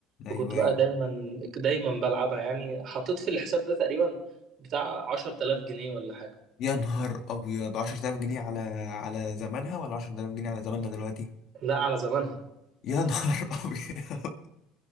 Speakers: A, on the left; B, on the right.
A: ايوه
B: فكنت بقى
A: ايوه
B: دايما دايما بلعبها يعني حطيت في الحساب ده تقريبا بتاع 10000 جنيه ولا حاجه
A: يا نهار أبيض عشرة آلاف جنيه على على زمانها ولا عشرة آلاف جنيه على زماننا دلوقتي
B: لا على زمانها
A: يا نهار <laughs> أبيض